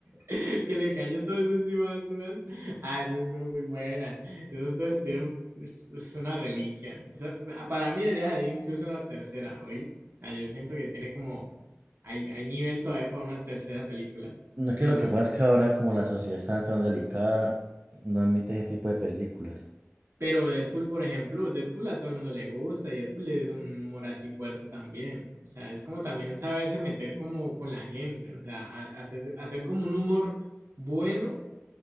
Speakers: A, on the right; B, on the right.
A: <laughs> Que le cayó todo eso encima de su mano. Ah, eso es muy buena. Esos dos hicieron es, es una reliquia. O sea, para mí debería salir incluso una tercera, ¿oís? O sea, yo siento que tiene como. Hay, hay nivel todavía para una tercera película.
B: No es que
A: Bueno,
B: lo que pasa es que ahora como la sociedad está tan delicada, no admite ese tipo de películas.
A: Pero Deadpool, por ejemplo, Deadpool a todo el mundo le gusta y Deadpool es un humor así fuerte también. O sea, es como también saberse meter como con la gente, o sea, a- hacer, hacer como un humor bueno,